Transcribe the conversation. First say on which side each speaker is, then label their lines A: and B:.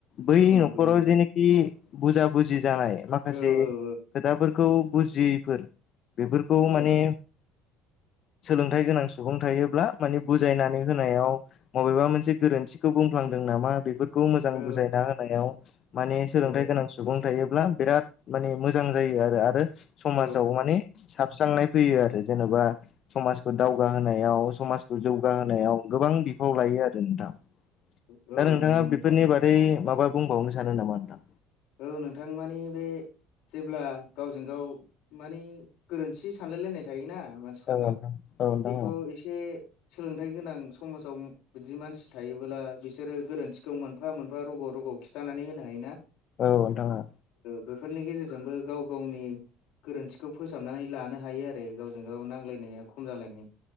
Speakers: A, on the left (about 40°); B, on the left (about 70°).
A: बै
B: औ नंगौ
A: न'खराव
B: नंगौ
A: जेनेखि बुजा बुजि जानाय माखासे
B: औ
A: खोथाफोरखौ
B: औ
A: बुजियैफोर बेफोरखौ
B: औ
A: माने सोलोंथाइ गोनां सुबुं थायोब्ला माने बुजायनानै होनायाव मबेबा मोनसे गोरोन्थिखौ बुंफ्लांदों नामा बेफोर खौ मोजां
B: औ
A: बुजायना होनायाव माने सोलोंथायाइ
B: औ
A: गोनां सुबुं थायोब्ला बिराद माने मोजां जायो आरो आरो समाजाव
B: औ
A: माने साबस्रांनाय फैयो आरो जेनेबा समाज दावगा होनोनायाव सम जौगाहोनायाव गोबां बिफाव लायो आरो नोंथाङा
B: औ
A: दा नोंथाङा
B: नंगौ नोंथां
A: बेफोरनि बादै बै माबा बुंबावनो सानो नामा नोंथां
B: औ नोंथां मानि बे जेब्ला गावजों गाव मानि गोरोन्थि सानलाय लायनाय थायोना माने मानसिफोरनाव
A: नोंथां औ नोंथां
B: बेखौ एसे सोलोंथाइ गोनां समाजाव बिदि मानसि थायोबोब्ला बिसोरो गोरोन्थिखौ मोनफा मोनफा रग' रग' खिथानानै होनो हायो ना
A: औ नोंथां औ
B: बेफोरनि गेजेरजोंबो गाव गावनि गोरोन्थिखौ फोसाबनानै लानो हायो आरो गावजों गाव नांजलायनाया खम जालायनाय